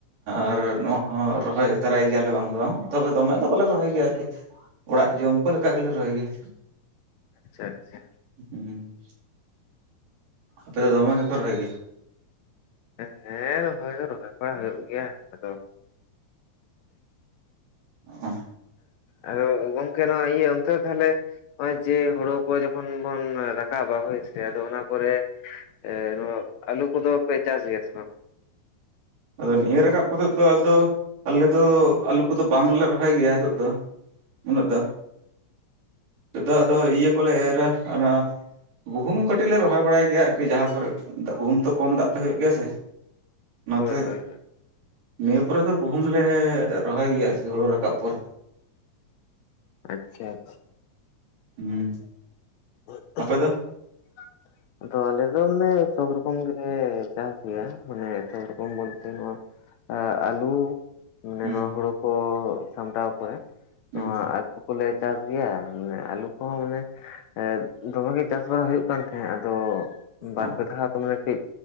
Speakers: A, on the right; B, on the left.
A: ᱟᱨ
B: ᱦᱩᱸ
A: ᱱᱚᱣᱟ ᱦᱚᱸ ᱨᱚᱦᱚᱭ ᱛᱟᱨᱟᱭ ᱜᱮᱭᱟᱞᱮ ᱵᱟᱝ ᱫᱚ ᱵᱟᱝ ᱛᱚᱵᱮ ᱫᱚᱢᱮ ᱫᱚ ᱵᱟᱞᱮ ᱨᱚᱦᱚᱭ ᱜᱮᱭᱟ ᱟᱨᱠᱤ ᱚᱲᱟᱜ ᱡᱚᱢ ᱠᱚ ᱞᱮᱠᱟ ᱜᱮᱞᱮ ᱨᱚᱦᱚᱭ ᱜᱮᱭᱟ᱾
B: ᱟᱪᱪᱷᱟ ᱟᱪᱪᱷᱟ᱾
A: ᱩᱸᱦᱩᱸ ᱟᱯᱮᱫᱚ ᱫᱚᱢᱮ ᱜᱮᱯᱮ ᱨᱚᱦᱚᱭ ᱜᱮᱭᱟ?
B: ᱮᱸ ᱦᱮᱸ ᱨᱚᱦᱚᱭ ᱫᱚ ᱨᱚᱦᱚᱭ ᱠᱚᱲᱟ ᱦᱩᱭᱩᱜ ᱜᱮᱭᱟ ᱟᱫᱚ
A: ᱚᱸᱦ
B: ᱟᱫᱚ ᱜᱚᱝᱠᱮ ᱱᱚᱣᱟ ᱤᱭᱟᱹ ᱚᱱᱛᱮ ᱫᱚ ᱛᱷᱟᱞᱮ ᱚᱭ ᱡᱮ ᱦᱩᱲᱩ ᱠᱚ ᱡᱚᱠᱷᱚᱱ ᱵᱚᱱ ᱨᱟᱠᱟᱵᱟ ᱦᱳᱭ ᱥᱮ ᱟᱫᱚ ᱚᱱᱟ ᱯᱚᱨᱮ ᱮ ᱱᱚᱣᱟ ᱟᱞᱩ ᱠᱚᱫᱚ ᱯᱮ ᱪᱟᱥ ᱜᱮᱭᱟ ᱥᱮ ᱵᱟᱝ?
A: ᱟᱫᱚ ᱱᱤᱭᱟᱹ ᱨᱟᱠᱟᱵ ᱠᱟᱛᱮᱫ ᱫᱚ ᱟᱫᱚ ᱟᱞᱮ ᱫᱚ ᱟᱞᱩ ᱠᱚᱫᱚ ᱵᱟᱝᱞᱮ ᱨᱚᱦᱚᱭ ᱜᱮᱭᱟ ᱦᱤᱛᱚᱜ ᱫᱚ᱾ ᱩᱱᱟᱹᱜ ᱫᱚ, ᱱᱤᱛᱚᱜ ᱫᱚ ᱟᱫᱚ ᱤᱭᱟᱹ ᱠᱚᱞᱮ ᱮᱨᱟ ᱟᱱᱟ ᱜᱩᱦᱩᱢ ᱠᱟᱹᱴᱤᱡ ᱞᱮ ᱨᱚᱦᱚᱭ ᱵᱟᱲᱟᱭ ᱜᱮᱭᱟ ᱟᱨᱠᱤ ᱡᱟᱦᱟᱸ ᱠᱚᱨᱮ ᱜᱩᱦᱩᱢ ᱛᱚ ᱠᱚᱢ ᱫᱟᱜ ᱛᱮ ᱦᱩᱭᱩᱜ ᱜᱮᱭᱟ ᱥᱮ᱾
B: ᱦᱳᱭ
A: ᱛᱮᱜ,
B: ᱦᱳᱭ ᱦᱳᱭ
A: ᱱᱤᱭᱟᱹ ᱯᱚᱨᱮ ᱫᱚ ᱜᱩᱦᱩᱢ ᱞᱮ ᱨᱚᱦᱚᱭ ᱜᱮᱭᱟ ᱟᱨᱠᱤ ᱦᱳᱲᱳ ᱨᱟᱠᱟᱵ ᱯᱚᱨ᱾
B: ᱟᱪᱪᱷᱟ ᱟᱪᱪᱷᱟ
A: ᱦᱩᱸ
B: <unintelligible>
A: ᱟᱯᱮ ᱫᱚ
B: ᱟᱫᱚ ᱟᱞᱮ ᱫᱚ ᱢᱟᱱᱮ ᱥᱚᱵ ᱨᱚᱠᱚᱢ ᱜᱮᱞᱮ ᱪᱟᱥ ᱜᱮᱭᱟ ᱢᱟᱱᱮ ᱥᱚᱵ ᱨᱚᱠᱚᱢ ᱵᱳᱞᱛᱮ ᱱᱚᱣᱟ ᱟᱸᱜ ᱟᱞᱩ ᱢᱟᱱᱮ
A: ᱦᱩᱸ
B: ᱱᱚᱣᱟ ᱦᱳᱲᱳ ᱠᱚ ᱥᱟᱢᱴᱟᱣ ᱯᱚᱨᱮ
A: ᱦᱩᱸ
B: ᱟᱡ ᱯᱚᱠᱚᱞᱮ ᱪᱟᱥ ᱜᱮᱭᱟ ᱢᱟᱱᱮ ᱟᱞᱩ ᱠᱚᱦᱚᱸ ᱢᱟᱱᱮ ᱮᱸᱫ ᱫᱚᱢᱮ ᱜᱮ ᱪᱟᱥ ᱵᱟᱲᱟ ᱦᱩᱭᱩᱜ ᱠᱟᱱ ᱛᱮᱦᱮᱸᱜ ᱟᱫᱚ ᱵᱟᱨᱯᱮ
A: ᱚ
B: ᱫᱷᱟᱣ ᱛᱚ ᱢᱟᱱᱮ ᱠᱟᱹᱡ